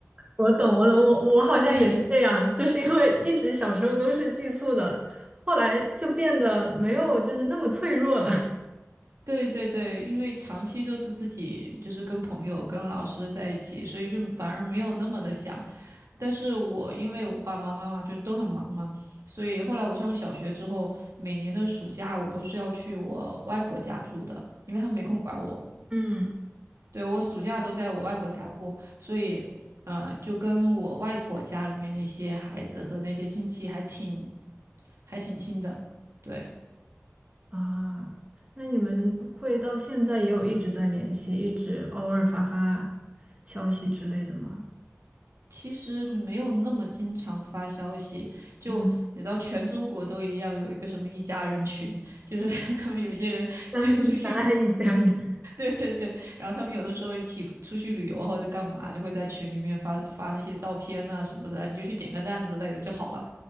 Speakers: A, on the right; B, on the right.
A: 我懂，我懂，我我好像也是这样，
B: 对，
A: 就是因为一直小时候都是寄宿的，后来就变得没有就是那么脆弱了。
B: 对对对，因为长期都是自己就是跟朋友、跟老师在一起，所以就反而没有那么的想。但是我因为我爸爸妈妈就都很忙嘛，所以后来我上小学之后，每年的暑假我都是要去我外婆家住的，因为他们没空管我。
A: <laughs> 嗯，
B: 对，我暑假都在我外婆家过，所以，嗯、呃就跟我外婆家里面那些孩子和那些亲戚还挺还挺亲的。对，
A: 啊，那你们会到现在也有一直在联系，一直偶尔发发消息之类的吗？
B: 其实没有那么经常发消息，就你知道，
A: 嗯，
B: 全中国都一样，有一个什么一家人群，就是 <laughs> 他们有些人就出去
A: 相亲相爱一家人。
B: <laughs> 对对对，然后他们有的时候一起出去旅游啊或者干嘛，就会在群里面发发那些照片呐、什么的，你就去点个赞之类的就好了。